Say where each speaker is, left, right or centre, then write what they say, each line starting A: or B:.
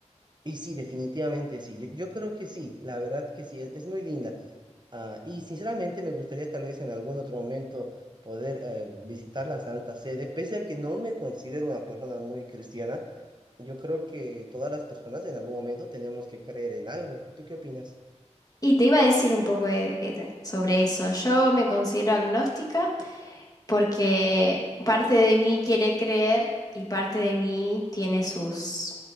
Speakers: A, on the right (about 40°); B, on the left (about 30°).
A: Y sí, definitivamente sí. Yo, yo creo que sí, la verdad que sí, es, es muy linda. Ah, y sinceramente me gustaría tal vez en algún otro momento poder eh, visitar la Santa Sede, pese a que no me considero una persona muy cristiana. Yo creo que todas las personas en algún momento tenemos que creer en algo. ¿Tú qué opinas?
B: Y te iba a decir un poco de- eh, de- sobre eso. Yo me considero agnóstica porque parte de mí quiere creer y parte de mí tiene sus,